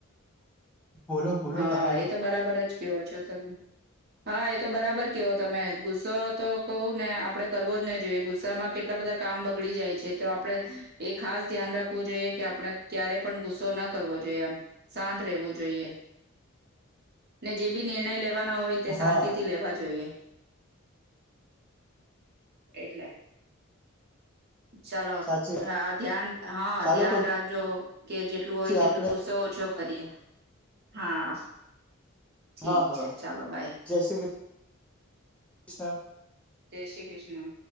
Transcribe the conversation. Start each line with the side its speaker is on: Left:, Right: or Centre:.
Centre: બોલો બોલો
Right: હા
Centre: તમે
Right: એ તો બરાબર જ કેયો છો તમે હા એ તો બરાબર કેયો તમે ગુસ્સો તો કહું ને આપડે કરવો જ નહી જોઈએ ગુસ્સામાં કેટલા બધા કામ બગડી જાય છે તો આપડણે એ ખાસ ધ્યાન રાખવું જોઈએ કે આપણે ક્યારે પણ ગુસ્સો ન કરવો જોઈએ આમ શાંત રેવું જોઈએ ને જે બી નિર્ણય લેવા ના હોય તે
Centre: હા
Right: શાંતિથી લેવા જોઈએ એટલે ચાલો
Centre: સાચી
Right: હા ધ્યાન હા
Centre: ચાલો
Right: ધ્યાન રાખજો કે જેટલું
Centre: પછી
Right: હોય તેટલું
Centre: આપડે
Right: ગુસ્સો ઓછો <inaudible> હા ઠીક
Centre: હા હા
Right: છે ચાલો બાય
Centre: જય શ્રી કૃષ્ણ
Right: જય શ્રી કૃષ્ણ